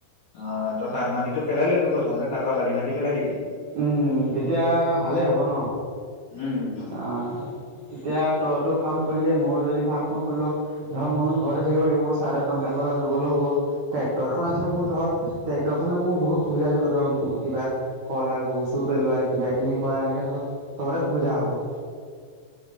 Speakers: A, on the left; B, on the right.
A: আহ তই টান মাটিটো পেলাই ল'বি প্ৰথমতে ত। ক বালি মাটি পেলাই দিবি।
B: উম তেতিয়া ভালেই হ'ব ন।
A: উম
B: আহ তেতিয়া তইতো ফাৰ্ম খুলিলে ময়ো যদি ফাৰ্ম খুলল ধৰ ময়ো ঘৰতে থাকিব লাগিব মই চাহৰ কামবিলাক। <unintelligible> নগ'লেও হ'ব ট্ৰেক্টৰ
A: অ',
B: খন আছে মোৰ ধৰ। ট্ৰেক্টৰখনে মোৰ বহুত সুবিধা দিব ধৰক কিবা কইলাৰ গুৰ চুৰ পেলোৱাই কিবা কিনি কৰা এনেকৈ ধৰক। চবতে সুবিধা হব।